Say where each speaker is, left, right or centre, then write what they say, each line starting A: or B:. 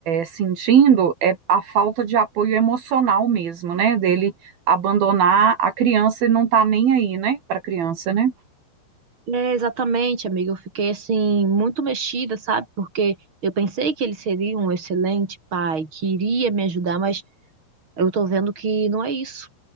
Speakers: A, on the right (about 65°); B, on the right (about 30°).
A: sentindo é a falta de apoio emocional mesmo, né? Dele abandonar a criança e não tá nem aí, né? Para a criança, né?
B: É, exatamente, amiga. Eu fiquei assim muito mexida, sabe? Porque eu pensei que ele seria um excelente pai, que iria me ajudar, mas eu tô vendo que não é isso.